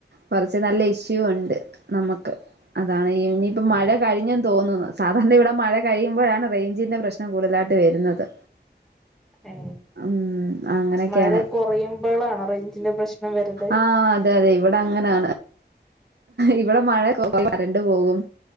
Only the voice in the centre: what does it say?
ആഹ്
ഏ
മഴ കുറയുമ്പളാണ് റേഞ്ചിന്റെ പ്രശ്നം വരല്